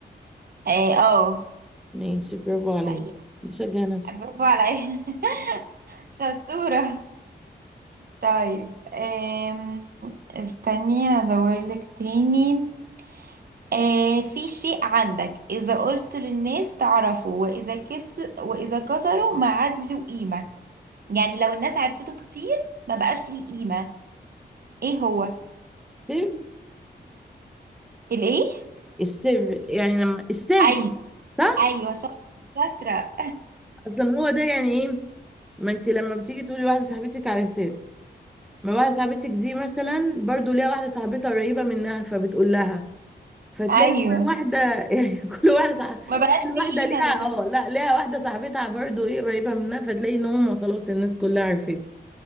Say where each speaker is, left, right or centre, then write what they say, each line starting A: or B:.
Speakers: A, on the right; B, in the centre.
A: اه آه،
B: ماشي برافو
A: دي
B: عليا
A: حقيقه
B: بشجع نفسي
A: برافو عليا <laughs> شطوره طيب آم... استني هدورلك تاني آه في شيء عندك إذا قلت للناس تعرفه وإذا كس وإذا كسروا ما عاد له قيمة يعني لو الناس عرفته كتير ما بقاش ليه قيمة إيه هو
B: السر
A: الإيه
B: السر يعني لما السر
A: أيوة
B: صح
A: أيوة شاطرة شاطرة
B: اصلا هو ده يعني ايه ما انت لما بتيجي تقولي واحده صاحبتك على السر ما واحده صاحبتك دي مثلا برضو ليها واحده صاحبتها قريبه منها فبتقول لها فتلاقي
A: أيوه
B: كل واحدة <laughs> يعني كل واحدة صح...
A: ما بقاش
B: كل
A: فيه
B: واحدة
A: قيمة
B: ليها
A: لل...
B: اه لا ليها واحدة صاحبتها برضو ايه قريبة منها فتلاقي ان هما خلاص الناس كلها عرفت